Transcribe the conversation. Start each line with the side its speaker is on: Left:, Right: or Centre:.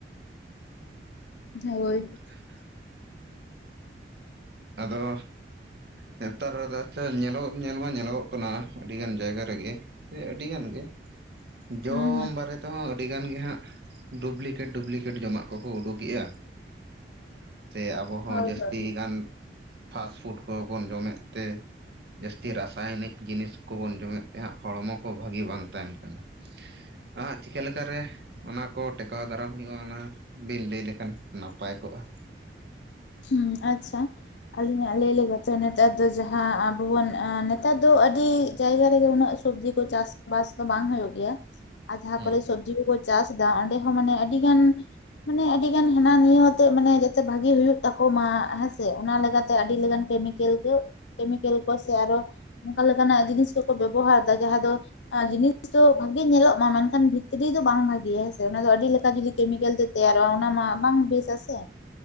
Left: ᱦᱳᱭ
Right: <unintelligible> ᱟᱫᱚ ᱱᱮᱛᱟᱨ ᱟᱪᱷᱟ ᱧᱮᱞᱚᱜ ᱧᱮᱞ ᱢᱟ ᱧᱮᱞᱚᱜᱚᱜ ᱠᱟᱱᱟ ᱟᱹᱰᱤ ᱜᱟᱱ ᱡᱟᱭᱜᱟ ᱨᱮᱜᱮ ᱥᱮ ᱟᱹᱰᱤ ᱜᱟᱱ ᱜᱮ ᱡᱚᱢ
Left: ᱦᱩᱸ ᱦᱩᱸ
Right: ᱵᱟᱨᱮᱛ ᱛᱮᱦ ᱟᱹᱰᱤ ᱜᱟᱱ ᱜᱮ ᱦᱟᱸᱜ ᱰᱩᱯᱞᱤᱠᱮᱴ ᱰᱩᱯᱞᱤᱠᱮᱴ ᱡᱚᱢᱟᱜ ᱠᱚᱠᱚ ᱩᱰᱩᱠ ᱮᱜ-ᱟ ᱥᱮ ᱟᱵᱚ ᱦᱚᱸ
Left: ᱦᱳᱭ
Right: ᱡᱟᱹᱥᱛᱤ
Left: ᱦᱳᱭ
Right: ᱜᱟᱱ ᱯᱷᱟᱥᱴᱯᱷᱩᱰ ᱠᱚᱵᱚᱱ ᱡᱚᱢ ᱮᱫ ᱛᱮ ᱡᱟᱹᱥᱛᱤ ᱨᱟᱥᱟᱭᱚᱱᱤᱠ ᱡᱤᱱᱤᱥ ᱠᱚᱵᱚᱱ ᱡᱚᱢᱮᱫ ᱛᱟᱦᱮᱸᱫ ᱦᱚᱲᱢᱚ ᱠᱚ ᱵᱷᱟᱹᱜᱤ ᱵᱟᱝ ᱛᱟᱦᱮᱱ ᱠᱟᱱᱟ ᱾ ᱟᱜ ᱪᱤᱠᱟᱹ ᱞᱮᱠᱟ ᱨᱮ ᱚᱱᱟᱠᱚ ᱴᱮᱠᱟᱣ ᱫᱟᱨᱟᱢ ᱦᱩᱭᱩᱜ-ᱟ ᱚᱱᱟ ᱵᱤᱱ ᱞᱟᱹᱭ ᱞᱮᱠᱷᱟᱱ ᱱᱟᱯᱟᱭ ᱠᱚᱜ-ᱟ
Left: ᱦᱩᱸ ᱟᱪᱷᱟ ᱟᱹᱞᱤᱧᱟᱜ ᱞᱟᱹᱭ ᱞᱮᱠᱟᱛᱚ ᱱᱮᱛᱟᱨ ᱫᱚ ᱡᱟᱦᱟᱸ ᱟᱵᱚ ᱵᱚᱱ ᱱᱮᱛᱟᱨ ᱫᱚ ᱟᱹᱰᱤ ᱡᱟᱭᱜᱟ ᱨᱮᱜᱮ ᱩᱱᱟᱹᱜ ᱥᱚᱵᱡᱤ ᱠᱚ ᱪᱟᱥ ᱵᱟᱥ ᱫᱚ ᱵᱟᱝ ᱦᱩᱭᱩᱜ ᱜᱮᱭᱟ ᱟᱨ ᱡᱟᱦᱟᱸ
Right: ᱦᱮᱸ
Left: ᱠᱚᱨᱮ ᱥᱚᱵᱡᱤ ᱠᱚᱠᱚ ᱪᱟᱥ ᱫᱟ ᱚᱸᱰᱮ ᱦᱚᱸ ᱢᱟᱱᱮ ᱟᱹᱰᱤ ᱜᱟᱱ ᱢᱟᱱᱮ ᱟᱹᱰᱤ ᱜᱟᱱ ᱦᱟᱱᱟ ᱱᱤᱭᱟᱹ ᱟᱛᱮ ᱢᱟᱱᱮ ᱡᱮᱛᱮ ᱵᱷᱟᱹᱜᱤ ᱦᱩᱭᱩᱜ ᱛᱟᱠᱚ ᱢᱟᱜ ᱦᱮᱸᱥᱮ ᱚᱱᱟ ᱞᱮᱠᱟᱛᱮ ᱟᱹᱰᱤ ᱞᱮᱠᱟᱱ ᱠᱮᱢᱤᱠᱮᱞ ᱠᱚ ᱠᱮᱢᱤᱠᱮᱞ ᱠᱚ ᱥᱮ ᱟᱨᱚ ᱚᱱᱠᱟ ᱞᱮᱠᱟᱱᱟᱜ ᱡᱤᱱᱤᱥ ᱜᱮᱠᱚ ᱵᱮᱵᱚᱦᱟᱨᱫᱟ ᱡᱟᱦᱟᱸ ᱫᱚ ᱡᱤᱱᱤᱥ ᱫᱚ ᱵᱷᱟᱹᱜᱤ ᱧᱮᱞᱚᱜ ᱢᱟ ᱢᱮᱱᱠᱷᱟᱱ ᱵᱷᱤᱛᱨᱤ ᱫᱚ ᱵᱟᱝ ᱵᱷᱟᱹᱜᱮᱭᱟ ᱦᱮᱸᱥᱮ ᱚᱱᱟ ᱫᱚ ᱟᱹᱰᱤ ᱞᱮᱠᱟ <inaudible> ᱠᱮᱢᱤᱠᱮᱞ ᱛᱮ ᱛᱮᱭᱟᱨᱚᱜᱼᱟ ᱚᱱᱟ ᱢᱟ ᱵᱟᱝ ᱵᱮᱥ ᱟᱥᱮ᱾